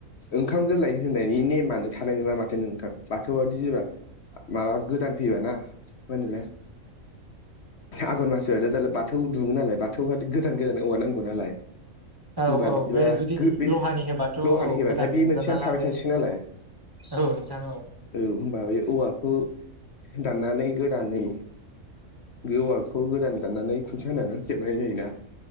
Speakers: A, on the left; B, on the right.
A: ओंखाम गोरलै होनायनि नेमानो थानाय नोंला माथो नोंथां बाथौआदि जेब्ला माबा गोदान फैबायना मा होनोलाय। आघन मास फैबाथाय दालाय बाथौ दुङो नालाय बाथौ गोदान गोदान औवा नांगौ नालाय।
B: औ
A: होनबा
B: औ
A: बिदिबा
B: बे जुदि
A: गो बे
B: लहानि होबाथ' औ
A: लहानि होबाथाय
B: गोदान
A: बे
B: दुमजाना
A: मोनसेयानो
B: ला
A: थाबाय
B: बे
A: थासिगोन नालाय।
B: औ नोंथां
A: औ होमबा बे औवाखौ। दाननानै गोदानै गोवाखौ गोदानै दाननानै खुन्थिया होनानै। हेबनाय जायोना